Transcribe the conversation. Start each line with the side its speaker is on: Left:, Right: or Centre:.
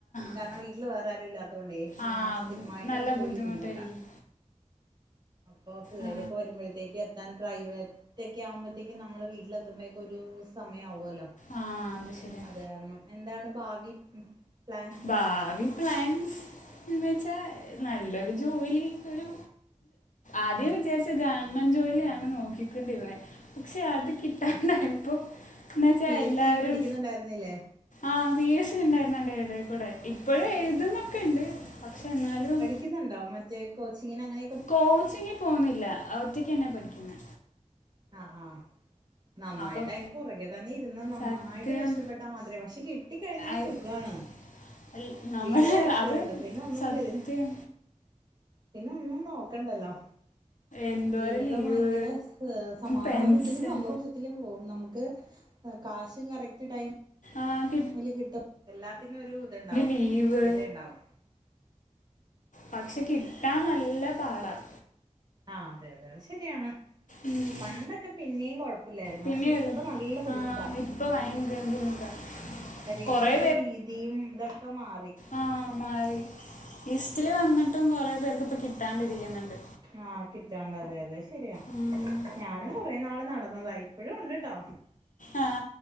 Left: ആ
Right: കാരണം വീട്ടില് വേറെ ആരും ഇല്ലാത്തോണ്ടേ ഇങ്ങനെ
Left: ആ
Right: സ്ഥിരമായിട്ടൊരു
Left: ബു- നല്ല
Right: ജോലി
Left: ബുദ്ധിമുട്ടായിരിക്കും
Right: ബുദ്ധിമുട്ടാ അപ്പൊ പിള്ളേരൊക്കെ
Left: ആ
Right: വരുമ്പോഴത്തേക്ക് എത്താൻ പ്രൈവറ്റൊക്കെ ആകുമ്പോഴത്തേക്കും നമ്മൾ വീട്ടിലെത്തുമ്പോഴേക്കും ഒരു സമയം ആവു അല്ലോ
Left: ആ അത് ശരിയാ
Right: അതു കാരണം എന്താണ് ഭാവി പ്ലാൻ
Left: ഭാവി പ്ലാൻസ് എന്നു വെച്ചാ നല്ലൊരു ജോലി ഒരു ആദ്യം
Right: ആഹ്
Left: വിചാരിച്ചെ ഗവൺമെന്റ് ജോലിയാണ് നോക്കിക്കൊണ്ടിരുന്നത് പക്ഷെ അത് കിട്ടാണ്ടായപ്പൊ
Right: ആഹ്
Left: എന്ന് വെച്ചാ
Right: പി
Left: എല്ലാരും
Right: എസ് സി പഠിക്കുന്നുണ്ടായിരുന്നില്ലേ
Left: ആഹ് പി എ സി ഉണ്ടായിരുന്നു. അയ്ന്റെ എടേകൂടെ. ഇപ്പഴും എഴുതുന്നൊക്കെണ്ട്. പക്ഷെ എന്നാലും
Right: വിളിക്കുന്നുണ്ടോ മറ്റേ കോച്ചിങ്ങിന് അങ്ങനെ
Left: കോച്ചിങ്ങിൽ പോകുന്നില്ല ഒറ്റയ്ക്കന്നെ പഠിക്കുന്നെ
Right: ആഹ് ആഹ് നന്നായിട്ട്
Left: അപ്പം
Right: അയ്ൻ്റെ പൊറകെ തന്നെ ഇരുന്ന, നന്നായിട്ട്
Left: സത്യം
Right: കഷ്ടപ്പെട്ടാ മാത്രേ, പക്ഷെ കിട്ടി കഴിഞ്ഞാ
Left: ഐ-
Right: സുഖാണ്
Left: അല്ല, നമ്മുടെ
Right: ജീവിതം രക്ഷപ്പെട്ടു
Left: അത്
Right: പിന്നെ ഒന്നും
Left: സത്യം
Right: തിരിഞ്ഞ പിന്നെ ഒന്നും നോക്കണ്ടല്ലോ
Left: എന്തോരം
Right: ജീവിതം
Left: ലീവ്
Right: ഭയങ്കര- സമാധാനത്തിലും
Left: പെൻഷൻ
Right: സന്തോഷത്തിലും പോകും. നമുക്ക് കാശും കറക്റ്റ് ടൈം-
Left: ആഹ്
Right: മല്ലികിട്ടാ എല്ലാത്തിനും ഒരു ത്ണ്ടാവും
Left: ലീവ്
Right: കൃത്യതയണ്ടാവും
Left: പക്ഷെ കിട്ടാൻ നല്ല പാടാ-
Right: ആഹ് അതെ അതെ അത് ശരിയാണ്.
Left: ഉം.
Right: പണ്ടൊക്കെ പിന്നെയും കൊഴപ്പല്ലായിരുന്നു.
Left: പിന്നെ
Right: പക്ഷെ ഇപ്പൊ
Left: ഉള്ളു
Right: നല്ല ബുദ്ധിമുട്ടാ
Left: ആ ഇപ്പൊ ഭയങ്കര ബുദ്ധിമുട്ടാ
Right: പരീക്ഷയുടെ
Left: കുറേ
Right: രീതിയും ഇതൊക്കെ മാറി.
Left: ആഹ്, മാറി ലിസ്റ്റില് വന്നിട്ടും കൊറേ പേർക്ക് ഇപ്പ കിട്ടാണ്ടിരിക്കുന്നുണ്ട്.
Right: ആഹ് കിട്ടാണ്ട അതെ അതെ ശരിയാണ്
Left: ഉം.
Right: ഞാന് കൊറെനാള് നടന്നതായി. ഇപ്പോഴും ഉണ്ട്ട്ടോ
Left: ആ